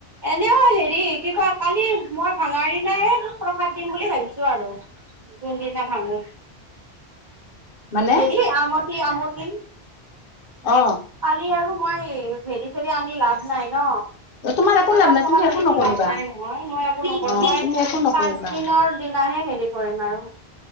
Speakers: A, on the right; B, on the left.
A: এনেও হেৰি কি কয় কালি মই ভাঙাৰ দিনাই প্ৰসাদ দিম বুলি ভাবিছো। আৰু কোনদিনা ভাঙো,
B: মানে
A: হেৰি আমঠি আম কি।
B: অ
A: কালি আৰু মই হেৰি চেৰি আনি লাভ নাই ন।
B: তোমাৰ একো
A: প্ৰসাদ
B: লাভ নাই
A: চসাদ
B: তুমি
A: আনো
B: একো নকৰিবা
A: লাভ নাই নহয় মই একো নকৰো
B: অ
A: মই
B: তুমি একো নকৰিবা
A: পাঁচদিনৰ দিনাহে হেৰি কৰিম আৰু,